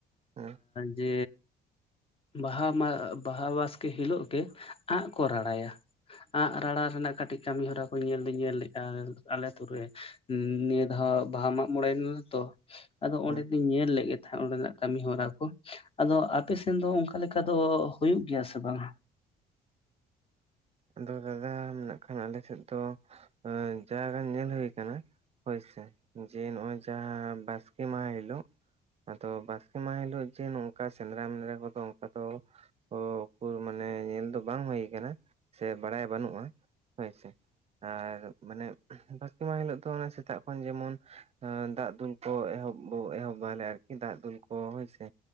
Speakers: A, on the right; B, on the left.
A: ᱦᱩᱸ
B: ᱡᱮ ᱵᱟᱦᱟ ᱵᱟᱦᱟ ᱵᱟᱥᱠᱮ ᱦᱤᱞᱳᱜ ᱜᱮ ᱟᱸᱜ ᱠᱚ ᱨᱟᱲᱟᱭᱟ᱾ ᱟᱸᱜ ᱨᱟᱲᱟ ᱨᱮᱱᱟᱜ ᱠᱟᱹᱴᱤᱡ ᱠᱟᱹᱢᱤ ᱦᱚᱨᱟ ᱠᱚ ᱧᱮᱞ ᱫᱚᱧ ᱧᱮᱞ ᱞᱮᱫᱼᱟ ᱟᱞᱮ ᱟᱛᱩ ᱨᱮ᱾ ᱱᱤᱭᱟᱹ ᱫᱷᱟᱣ ᱵᱟᱦᱟ ᱢᱟᱜ ᱢᱚᱬᱮᱭ ᱱᱟᱞᱮ ᱛᱚ ᱟᱫᱚ
A: ᱦᱩᱸ
B: ᱚᱸᱰᱮ ᱫᱚᱧ ᱧᱮᱞ ᱞᱮᱫ ᱜᱮ ᱛᱟᱦᱮᱸᱫ ᱚᱸᱰᱮᱱᱟᱜ ᱠᱟᱹᱢᱤ ᱦᱚᱨᱟ ᱠᱚ᱾ ᱟᱫᱚ ᱟᱯᱮᱥᱮᱱ ᱫᱚ ᱚᱱᱠᱟ ᱞᱮᱠᱟ ᱫᱚ ᱦᱩᱭᱩᱜ ᱜᱮᱭᱟ ᱥᱮ ᱵᱟᱝ?
A: ᱟᱫᱚ ᱫᱟᱫᱟ ᱱᱟᱜ ᱠᱷᱟᱱ ᱫᱚ ᱟᱞᱮᱥᱮᱫ ᱫᱚ ᱡᱟ ᱜᱟᱱ ᱧᱮᱞ ᱦᱩᱭ ᱠᱟᱱᱟ ᱦᱳᱭ ᱥᱮ ᱡᱮ ᱱᱚᱜᱼᱚᱭ ᱡᱟᱦᱟᱸ ᱵᱟᱥᱠᱮ ᱢᱟᱦᱟ ᱦᱤᱞᱳᱜ ᱟᱫᱚ ᱵᱟᱥᱠᱮ ᱢᱟᱦᱟ ᱦᱤᱞᱳᱜ ᱡᱮ ᱱᱚᱝᱠᱟ ᱥᱮᱸᱫᱽᱨᱟ ᱢᱮᱱᱫᱽᱨᱟ ᱠᱚ ᱫᱚ ᱚᱱᱠᱟ ᱫᱚ ᱚ ᱩᱠᱩᱨ ᱢᱟᱱᱮ ᱧᱮᱞ ᱫᱚ ᱵᱟᱝ ᱦᱩᱭ ᱟᱠᱟᱱᱟ᱾ ᱥᱮ ᱵᱟᱲᱟᱭ ᱵᱟᱹᱱᱩᱜᱼᱟ ᱦᱳᱭᱥᱮ᱾ ᱟᱨ ᱢᱟᱱᱮ ᱵᱟᱥᱠᱮ ᱢᱟᱦᱟ ᱦᱤᱞᱳᱜ ᱫᱚ ᱚᱱᱟ ᱥᱮᱛᱟᱜ ᱠᱷᱚᱱ ᱡᱮᱢᱚᱱ ᱫᱟᱜ ᱫᱩᱞ ᱠᱚ ᱮᱦᱚᱵ ᱮᱦᱚᱵᱟᱞᱮ ᱟᱨᱠᱤ ᱫᱟᱜ ᱫᱩᱞ ᱠᱚ ᱦᱳᱭᱥᱮ,